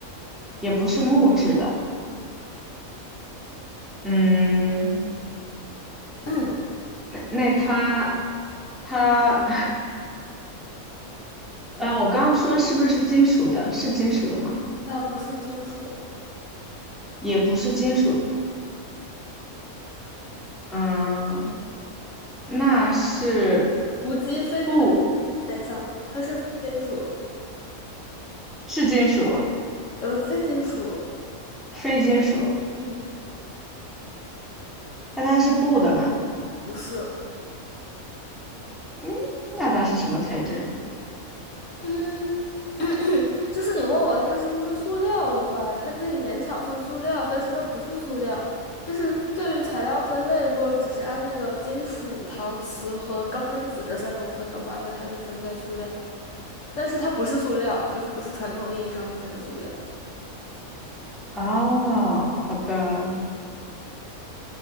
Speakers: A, in the centre; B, on the left (about 60°).
A: 也不是木质的。
B: 嗯，
A: 嗯，
B: <clears throat>
A: 那那它它 <laughs> 呃，我刚刚说是不是金属的？是金属的吗？
B: 它不是金属，
A: 也不是金属。嗯，那是
B: 无机非，
A: 布，
B: 哎，等一下，它是非金属，
A: 是金属，
B: 呃，非金属，
A: 非金属。
B: 嗯，
A: 那它是布的吗？
B: 不是，
A: 嗯，那它是什么材质的？
B: 嗯，<clears throat> 就是你问我它是不是塑料的话，它可以勉强算塑料，但是它不是塑料。就是对于材料分类，如果只是按那个金属、陶瓷和高分子这三种分的话，那它就分在塑料，但是它不是塑料，就是不是传统意义上的那个塑料。
A: 哦，好的，